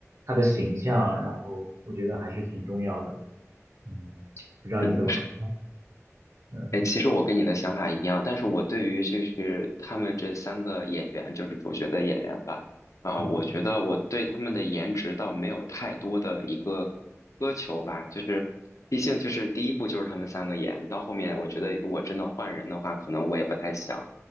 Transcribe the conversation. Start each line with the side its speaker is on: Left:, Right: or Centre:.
Right: 他的形象，
Left: 对
Right: 然后我觉得还是挺重要的。嗯，不知道你怎么看？
Left: 是的
Right: 嗯
Left: 哎，其实我跟你的想法一样，但是我对于就是他们这三个演员，就是主角的演员吧，啊、
Right: 嗯
Left: 我觉得我对他们的颜值倒没有太多的一个苛求吧，就是毕竟就是第一部就是他们三个演，到后面我觉得如果真的换人的话，可能我也不太想，